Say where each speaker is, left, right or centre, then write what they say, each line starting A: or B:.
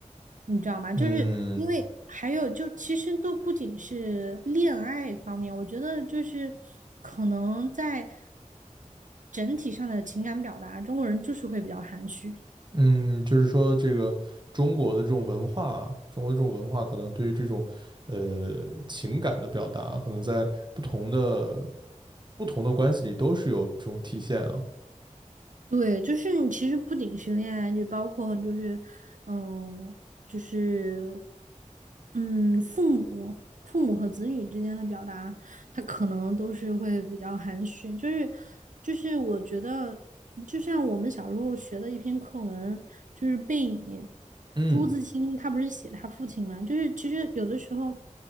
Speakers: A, on the right (about 80°); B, on the right (about 35°).
A: 你知道吗？
B: 嗯
A: 就是因为还有就其实都不仅是恋爱方面，我觉得就是可能在整体上的情感表达，中国人就是会比较含蓄。
B: 嗯，就是说这个中国的这种文化啊，中国的这种文化可能对于这种呃情感的表达，可能在不同的不同的关系里都是有这种体现啊。
A: 对，就是你其实不仅是恋爱，就包括就是，嗯，就是，嗯，父母、父母和子女之间的表达，他可能都是会比较含蓄，就是就是我觉得，就像我们小时候学的一篇课文，就是《背影》，
B: 嗯，
A: 朱自清他不是写他父亲嘛，就是其实有的时候。